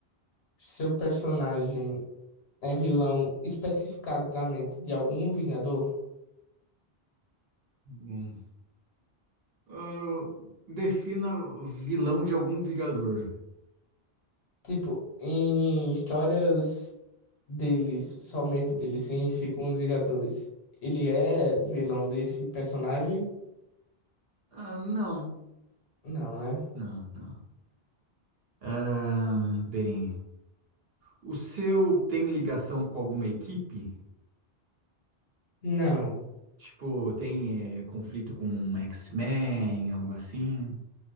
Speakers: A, on the left (about 80°); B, on the right (about 70°).
A: Seu personagem é vilão especificadamente de algum Vingador?
B: hum. Ah, defina vilão de algum Vingador.
A: Tipo, em histórias deles, somente dele, sem ser com os Vingadores, ele é vilão desse personagem?
B: Ah, não.
A: Não, né?
B: Não, não. Ahn, bem, o seu tem ligação com alguma equipe?
A: Não,
B: Tipo, tem eh, conflito com um X-Men, algo assim?